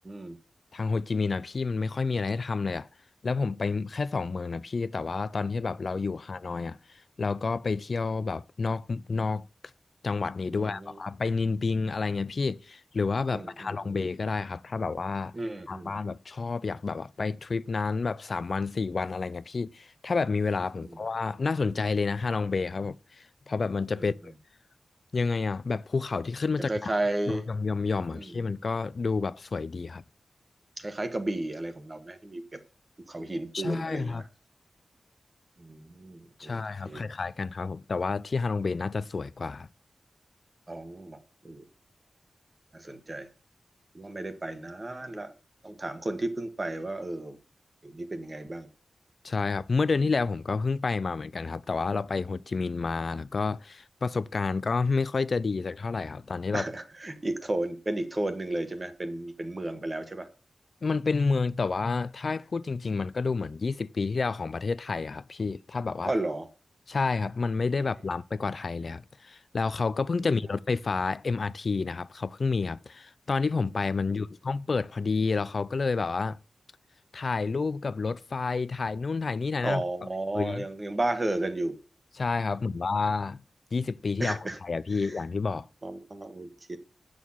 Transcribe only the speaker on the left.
ทางโฮจิมินห์นะพี่มันไม่ค่อยมีอะไรให้ทำเลยอะแล้วผมไปแค่สองเมืองนะพี่แต่ว่าตอนที่แบบเราอยู่ฮานอยอะเราก็ไปเที่ยวแบบนอกนอกจังหวัดนี้ด้วยแบบว่าไปนินบิงอะไรเงี้ยพี่หรือว่าแบบไปฮาลองเบย์ก็ได้ครับถ้าแบบว่า
ทางบ้านแบบชอบอยากแบบว่าไปทริปนั้นแบบสามวันสี่วันอะไรเงี้ยพี่ถ้าแบบมีเวลาผมก็ว่าน่าสนใจเลยนะฮาลองเบย์ครับผม
เพราะแบบมันจะเป็น
ยังไงอะแบบภูเขาที่ขึ้นมาจากน้ำหย่อมหย่อมหย่อมหย่อมอะพี่มันก็ดูแบบสวยดีครับ
ใช่ครับ
ใช่ครับคล้ายๆกันครับผมแต่ว่าที่ฮาลองเบย์น่าจะสวยกว่า
ใช่ครับเมื่อเดือนที่แล้วผมก็เพิ่งไปมาเหมือนกันครับแต่ว่าเราไปโฮจิมินห์มาแล้วก็ประสบการณ์ก็ไม่ค่อยจะดีสักเท่าไหร่ครับตอนที่เรา
มันเป็นเมืองแต่ว่าถ้าให้พูดจริงๆมันก็ดูเหมือนยี่สิบปีที่แล้วของประเทศไทยอะครับพี่ถ้าแบบว่า
ใช่ครับมันไม่ได้แบบล้ำไปกว่าไทยเลยครับ
แล้วเขาก็เพิ่งจะมีรถไฟฟ้า
MRT นะครับเขาเพิ่งมีครับตอนที่ผมไปมันอยู่ช่วงเปิดพอดีแล้วเขาก็เลยแบบว่าถ่ายรูปกับรถไฟถ่ายนู่นถ่ายนี่ถ่ายนั่นแบบเฮ้ย
ใช่ครับเหมือนว่ายี่สิบปีที่แล้วของไทยอะพี่อย่างที่บอก